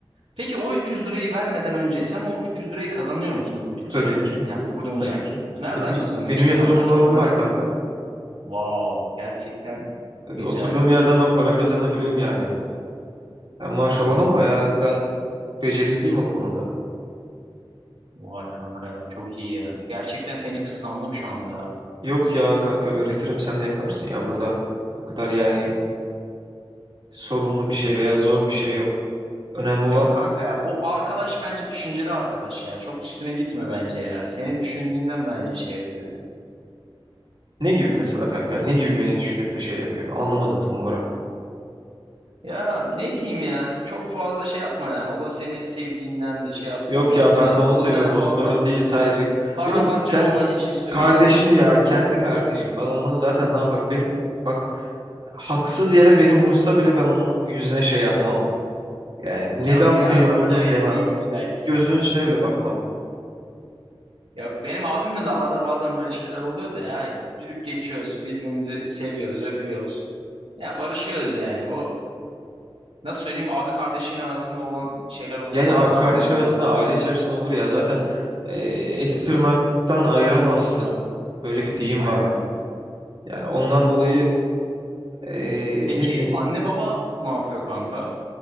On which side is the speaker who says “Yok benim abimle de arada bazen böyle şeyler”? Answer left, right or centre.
Right